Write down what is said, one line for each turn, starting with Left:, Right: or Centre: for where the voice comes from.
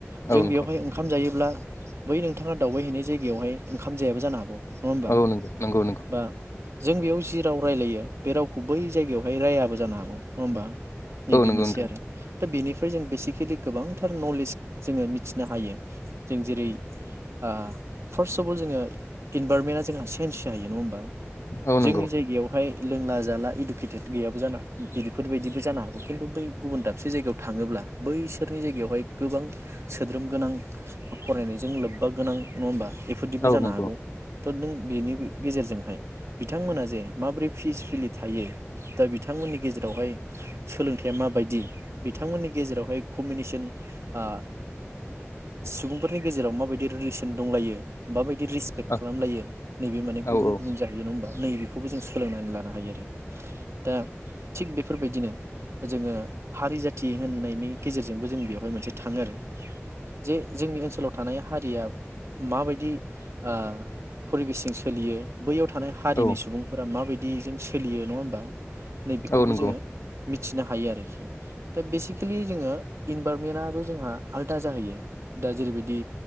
Right: जों
Left: औ नंगौ
Right: बेवहाय ओंखाम जायोब्ला बै नोंथाङा दावबायहैैनाय जायगायावहाय ओंखाम जायाबो जानो हागौ। नङा होनबा।
Left: औ नंगौ नंगौ नंगौ
Right: बा जों बेयाव जि राव रायलायो बे रावखौ बै जायगायावहाय रायाबो जानो हागौ। नङा होमबा। नैबे
Left: औ नंगौ
Right: मोनसे
Left: नोंथां
Right: आरो दा बेनि फ्राय जों बेसिकेलि गोबांथार नलेज जोङो मिथिनो हायो। जों जेरै आ फार्स्टअफअल जोङो इनभारनमेन्टआ जोंहा सेन्स जाहैयो नङा होमबा।
Left: औ नंगौ
Right: जोंनि जायगायावहाय लोंला जाला इडुकेटेड गैयाबो जाना बिदिफोरबायदिबो जानो हागौ। खिन्थु बै गुबुन दाबसे जायगायाव थाङोब्ला बैसोरनि जायगायावहाय गोबां सोद्रोम गोनां फरायनायजों लोब्बा गोनां नङा होमबा। बेफोरदिबो
Left: औ
Right: जानो
Left: नंगौ
Right: हागौ। थोद नों बेनि गेजेरजोंहाय बिथांमोना जे माबोरै फिसफिलि थायो दा बिथांमोननि गेजेरावहाय सोलोंथाइया माबायदि बिथांमोननि गेजेरावहाय कमिनेसन आ सुबुंफोरनि गेजेराव माबायदि रिलेसन दंलायो माबाय रिसपेक्ट
Left: औ
Right: खालामलायो नैबे माने
Left: औ
Right: गुबुन गुबुन जाहैयो नङा होमबा नैबेखौबो जों सोलोंनानै लानो हायो आरो। दा थिग बेफोरबायदिनो जोङो हारि जाथि होननायनि गेजेरजोंबो जों बेवहाय मोनसे थाङो आरो। जे जोंनि ओनसोलाव थानाय हारिया माबायदि ओ फरिबेसजों सोलियो। बैयाव थानाय हारिनि
Left: औ
Right: सुबुंफोरा माबाय- बिदि जों सोलियो नङा होमबा। नैबेखौबो
Left: औ नंगौ
Right: जोङो मिथिनो हायो आरोखि दा बे एक्सेलि जोङो इनभाररनमेन्टआबो जोंहा आलादा जाहैयो दा जेरैबायदि